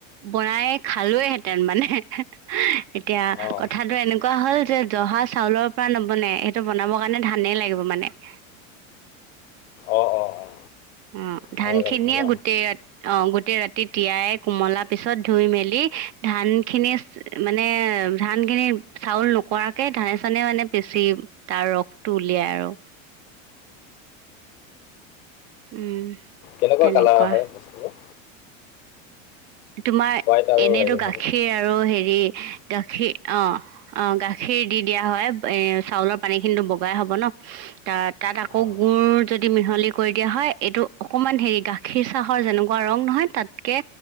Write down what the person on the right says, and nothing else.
বনাইে খালো হেঁতেন, মানে এতিয়া
কথাটো এনেকুৱা এনেকুৱা হল যে জহা চাউলৰ পৰা নবনাই সেইটো বনাব কাৰণে ধানেই লাগিব মানে। <inaudible>
অ', ধান
খিনিয়ে
গোটেই ৰাতি অ', গোটেই ৰাতি তিয়াই কোমলা পিছত ধুই মেলি ধান খিনি মানে, ধান খিনি চাউল নকৰাকে ধানে চানে মানে পি <unintelligible> তাৰ ৰসটো উলিয়াই আৰু। উম।
তেনেকুৱা
তোমাৰ
এনেতো
গাখীৰ
আৰু হেৰি গাখীৰ অ অঁ গাখীৰ দি দিয়া হয় এ চাউলৰ পানী খিনিতো বগাই হব ন? ত তাত আকৌ
গুৰ যদি মিহলি কৰি দিয়া হয় এইটো অকমান হেৰি গাখীৰ চাহত যেনেকুৱা ৰং নহয় তাতকে